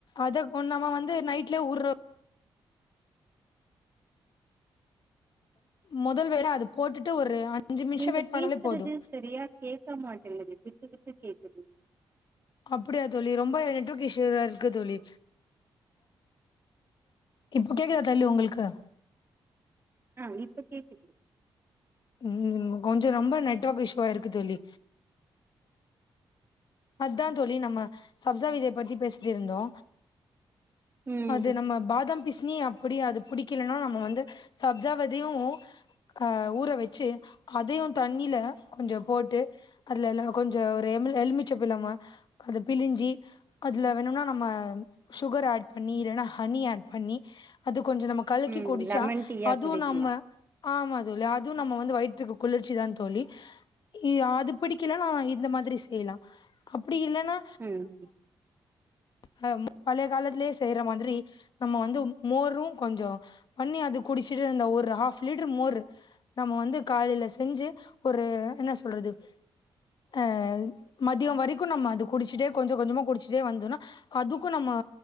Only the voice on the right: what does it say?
நீங்க
பேசுறது
சரியா கேக்க மாட்டேங்குது விட்டு விட்டு கேக்குது
ஆ இப்ப கேக்குது
ம்
ம்
லெமன் டீயா
குடிக்கலா
ம்